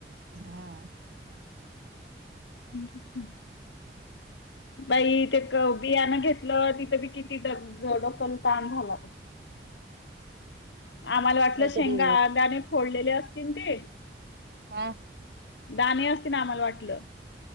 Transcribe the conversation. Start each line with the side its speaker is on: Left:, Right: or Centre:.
Right: हा
Left: <unintelligible> बाई ते बियाण घेतलं तिथं बी किती डोकल ताण झाला. आम्हाला वाटलं
Right: काहीतरी
Left: शेंगा अगाने फोडलेले असतील ते
Right: हा
Left: दाणे असतील आम्हाला वाटलं.